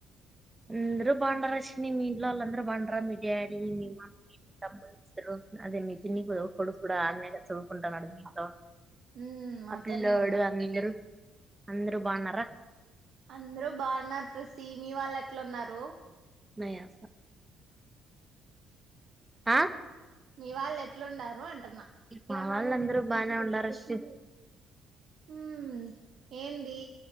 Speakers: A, on the right (about 15°); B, on the right (about 60°).
A: అందురు బాండారష్విని మీ ఇంట్లో వాళ్ళందరూ బాండారా మీ డాడీ, మీ మమ్మీ, మీ తమ్ములిద్దురు అదే మీ పిన్ని కొడుకూడా ఆన్నే చదువుకుంటాన్నాడు మీంట్లో.
B: మ్మ్ మాతోనే
A: ఆ పిల్లోడు
B: ఉన్నారు
A: అందరు అందరు బావున్నార
B: అంద్రూ బానార్ ప్రసీ మీ వాళ్ళెట్లున్నారు
A: నయా సా ఆ
B: మీ వాళ్ళెద్ ఎట్లుండారు అంటన్నా
A: మావాలంద్రూ బానే ఉండారష్యు
B: మ్మ్ ఏంది